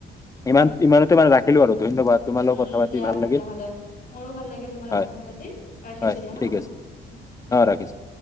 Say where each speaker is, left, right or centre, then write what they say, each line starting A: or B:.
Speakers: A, on the left (about 15°); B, on the left (about 45°).
A: ইমান ইমানতে মানে ৰাখিলো আৰু। ধন্যবাদ তোমাৰ লগত
B: উম
A: কথা পাতি
B: দিয়া
A: ভাল
B: তেতিয়াহলে,
A: লাগিল
B: মোৰো ভাল লাগিল তোমাৰ
A: হয়
B: লগত কথা পাতি, ৰাখিছো
A: হয়
B: দিয়া।
A: ঠিক
B: হা
A: আছে
B: উম উম।
A: অ ৰাখিছো।